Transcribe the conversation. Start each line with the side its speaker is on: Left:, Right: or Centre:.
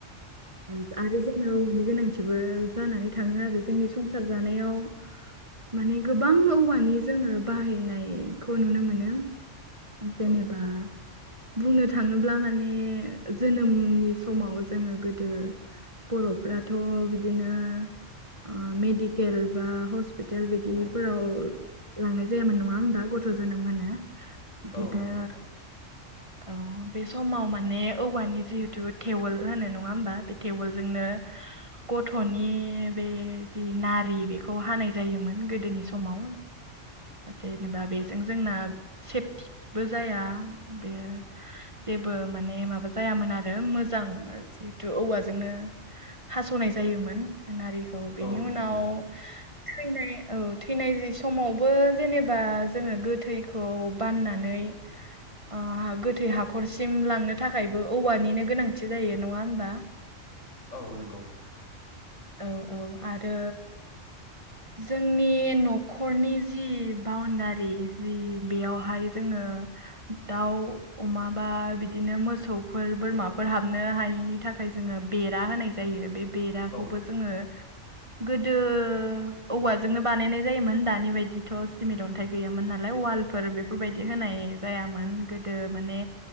Right: आ रो जोंनाव औवानि गोनांथिबो जानानै थाङो आरो जोंनि संसार जानायाव माने गोबां औवानि जोङो बाहायनायखौ नुनो मोनो। जेनेबा
Left: औ
Right: बुंनो थाङोब्ला माने जोनोमनि समाव जोङो गोदो बर'फ्राथ' बिदिनो मेडिकेल बा हस पिटेल बिदिफोराव
Left: औ
Right: लांनाय जायामोन नङा होमबा गथ' जोनोम होनो। इदिनो
Left: औ नंगौ नोंथां
Right: औ बे समाव माने औवानि जिहेथु थेवल होनो नङा होमबा बे थेवोलजोंनो गथ'नि बे जि नारि बेखौ हानाय जायोमोन गोदोनि समाव। जेनेबा बेजों जोंना सेफ बो जाया बेयो जेबो माने माबा जायामोन आरो मोजां जिहेथु औवा जोंनो हास'नाय जायोमोन नारिखौ बेनि
Left: औ नंगौ
Right: उनाव
Left: नोंथां
Right: थैनाय औ थैनाय जि समावबो जेनेबा जोङो गोथैखौ बाननानै ओ हा गोथै हाखरसिम लांनो थाखायबो औवानिनो गोनांथि जायो नङा होमबा?
Left: औ नोंगौ।
Right: औ औ आरो जोंनि न'खरनि जि बाउणडारि जि बेयावहाय जोङो दाउ अमा बा बिदिनो मोसौफोर बोरमाफोर हाबनो हायैनि थाखाय जोङो बेरा होनाय जायो बे बेराखौबो
Left: औ
Right: जोङो गोदो औवाजोंनो बानायनाय जायोमोन दानि बायदिथ' सिमेट अन्थाइ गैयामोन नालाय वालफोर बेफोरबायदि होनाय जायामोन गोदो माने